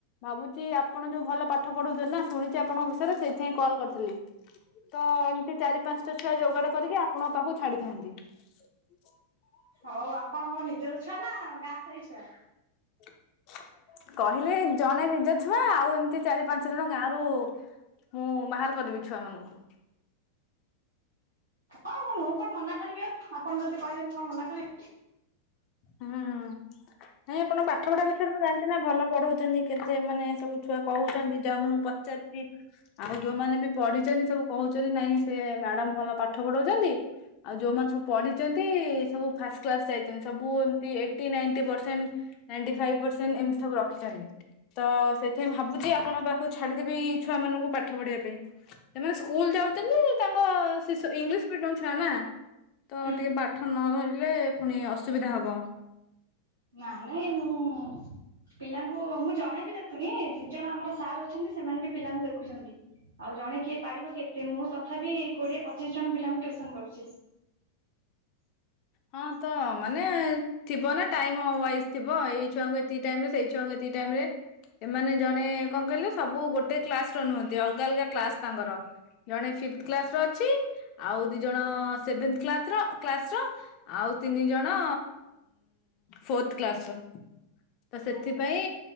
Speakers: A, on the left; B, on the right.
A: ଭାବୁଚି ଆପଣ ଯୋଉ ଭଲ ପାଠ ପଢଉଛନ୍ତି ନା ଶୁଣିଛି ଆପଣଙ୍କ ବିଷୟରେ ସେଇଥିପାଇଁ କଲ୍ କରିଥିଲି। ତ ଏମିତି ଚାରି ପାଞ୍ଚଟା ଛୁଆ ଯୋଗାଡ଼ କରିକି ଆପଣଙ୍କ ପାଖକୁ ଛାଡିଥାନ୍ତି। <inaudible>
B: ହଉ ଆପଣଙ୍କର ନିଜର ଛୁଆ ନା ଗାଁ ସାହି ଛୁଆ?
A: <inaudible> କହିଲେ ଜଣେ ନିଜ ଛୁଆ ଆଉ ଏମିତି ଚାରି ପାଞ୍ଚ ଜଣ ଗାଁରୁ ମୁଁ ମାହାର କରିଦେବି ଛୁଆମାନଙ୍କୁ।
B: ହଁ ମୁଁ କଣ ମନା କରିବି ଆପଣ ଯଦି କହିବେ ମୁ କଣ ମନା କରିବି?
A: ହୁଁ ନାଇଁ ଆପଣ ପାଠପଢାଦେଖିବାରେ ମୁଁ ଜାଣିଛି ନା ଭଲ ପଢଉଛନ୍ତି କେତେ ମାନେ ସବୁ ଛୁଆ କହୁଛନ୍ତି ଯ ଆପଣଙ୍କୁ ଚତିଶ ଆଉ ଯୋଉମାନେ ବି ପଢିଛନ୍ତି ସବୁ କହୁଛନ୍ତି ନାଇଁ ସେ ମ୍ୟାଡ଼ାମ ଭଲ ପାଠ ପଢ଼ାଉଛନ୍ତି ଆଉ ଯଉମାନେ ସବୁ ପଢିଛନ୍ତି ସବୁ ଫାଷ୍ଟ କ୍ଲାସ ଯାଇଛନ୍ତି ସବୁ କୁ ଏମତି eighty ninety percent ninety five percent ଏମତି ସବୁ ରଖିଛନ୍ତି। ତ ସେଇଥିପାଇଁ ଭାବୁଛି ଆପଣଙ୍କ ପାଖକୁ ଛାଡିଦେବି ଛୁଆ ମାନଙ୍କୁ ପାଠ ପଢିବା ପାଇଁ। ସେମାନେ ସ୍କୁଲ ଯାଉଛନ୍ତି ତାଙ୍କ ଶିଶୁ ଇଂଲିଶ ମିଡିୟମ ଛୁଆ ନା? ତ
B: ହୁଁ
A: ଟିକେ ପାଠ ନ ଧରିଲେ ଫୁଣି ଅସୁବିଧା ହବ।
B: ନାଇଁ ନାଇଁ ମୁଁ ପିଲାଙ୍କୁ ମୁଁ ଜଣେ ବି ଦେଖୁନି ଦି ଜଣ ଆମର ସାର୍ ଅଛନ୍ତି ସେମାନେ ବି ପିଲାଙ୍କୁ ଦେଖୁଛନ୍ତି। ଆଉ ଜଣେ କିଏ ପାରିବ କି ଏତେ ମୁଁ ତଥାପି କୋଡିଏ ପଚିଶ ଜଣ ପିଲାଙ୍କୁ ଟ୍ୟୁସନ କରୁଛି।
A: ହଁ ତ ମାନେ ଥିବ ନା ଟାଇମ ୱାଇଜ ଥିବ ଏଇ ଛୁଆଙ୍କୁ ଏତିକି ଟାଇମ ରେ ସେଇ ଛୁଆଙ୍କୁ ଏତିକି ଟାଇମ ରେ? ଏମାନେ ଜଣେ କଣ କହିଲେ, ସବୁ ଗୋଟେ କ୍ଲାସ ର ନୁହନ୍ତି, ଅଲଗା ଅଲଗା କ୍ଲାସ ତାଙ୍କର। ଜଣେ ଫିଥ କ୍ଲାସ ର ଅଛି ଆଉ ଦି ଜଣ ସେଭେନ୍ଥ୍ କ୍ଲାତ୍ ର କ୍ଲାସ ର ଆଉ ତିନି ଜଣ ଫୋର୍ଥ କ୍ଲାସର। ତ ସେଥିପାଇଁ
B: ଓହୋ